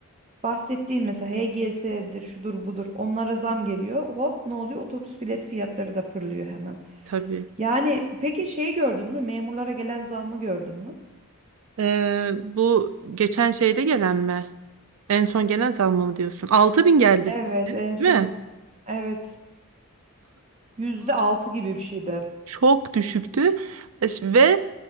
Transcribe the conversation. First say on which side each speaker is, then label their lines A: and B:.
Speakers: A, on the right (about 30°); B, on the right (about 70°).
A: bahsettiğin mesela HGS'dir şudur budur onlara zam geliyor. Hop ne oluyor? Otobüs bilet fiyatları da fırlıyor hemen.
B: Tabii.
A: Yani peki şey gördün mü? Memurlara gelen zammı gördün mü?
B: Ee, bu geçen şeyde gelen mi? En son gelen zam mı diyorsun? altı bin geldi
A: Evet en son
B: değil mi?
A: evet yüzde altı gibi bir şeydi.
B: Çok düşüktü E, ş- ve